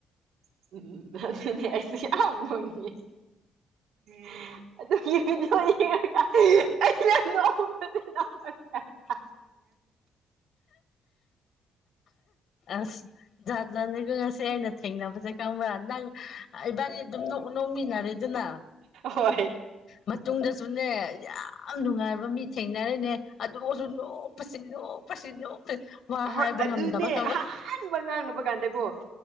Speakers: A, on the right; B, on the left.
A: ꯎꯝꯅꯤꯁꯤ ꯑꯗꯨ
B: ꯍ
A: ꯏꯗꯤ
B: ꯑꯁ ꯖꯥꯠꯗ꯭ꯔꯅꯤꯒ ꯉꯁꯦ ꯑꯩꯅ ꯊꯦꯡꯅꯕꯁꯦ ꯈꯪꯕ꯭ꯔꯥ ꯅꯪ ꯏꯕꯥꯅꯤ ꯑꯗꯨꯝ ꯅꯃꯤꯟꯅꯔꯦꯗꯨꯅ
A: ꯍꯣꯏ
B: ꯃꯇꯨꯡꯗ ꯗꯨꯅꯦ ꯌꯥꯝ ꯅꯨꯡꯉꯥꯏꯕ ꯃꯤ ꯊꯦꯡꯅꯔꯤꯅꯦ ꯑꯗꯨꯁꯨ ꯅꯣꯛꯄꯁꯤ ꯅꯣꯛꯄꯁꯤ ꯅꯣꯛꯄꯁꯤ ꯋꯥ
A: ꯍꯣꯏ
B: ꯍꯥꯏꯕ
A: ꯑꯗꯨꯅꯦ
B: ꯉꯝꯗꯕ ꯈꯪꯕ
A: ꯑꯍꯥꯟꯕ ꯉꯥꯡꯅꯕ ꯀꯥꯟꯗꯀꯣ